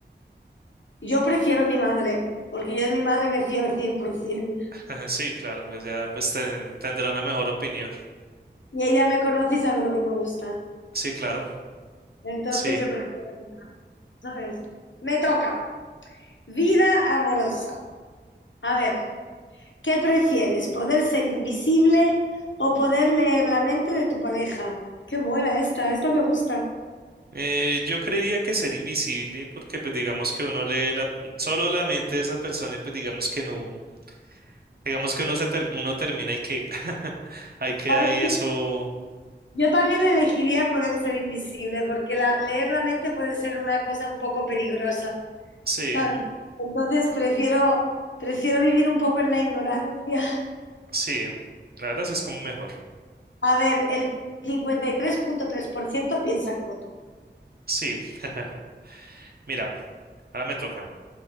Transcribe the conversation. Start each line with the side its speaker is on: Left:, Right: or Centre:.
Left: Yo prefiero mi madre, porque yo de mi madre me fío al 100%.
Right: <laughs> Sí, claro, pues ya pues ten- tendrá una mejor opinión.
Left: Y ella me conoce y sabe lo que me gusta.
Right: Sí, claro.
Left: Entonces
Right: Sí.
Left: yo prefiero... ¿sabes? Me toca. Vida amorosa. A ver, ¿qué prefieres? ¿Poder ser invisible o poder leer la mente de tu pareja? Qué buena esta, esta me gusta.
Right: Eh, yo creería que ser invisible, porque pues digamos que uno lee la, solo la mente de esa persona y pues digamos que no, digamos que uno se ter- uno termina y que <laughs> ahí queda
Left: Ahora,
Right: ahí eso.
Left: Yo también elegiría poder ser invisible, porque la- leer la mente puede ser una cosa un poco peligrosa,
Right: Sí,
Left: ¿sabes? Entonces prefiero, prefiero vivir un poco en la ignorancia.
Right: sí, la verdad sí es como mejor.
Left: A ver, el cincuenta y tres coma tres por ciento piensa como tú.
Right: Sí. <laughs> Mira, ahora me toca.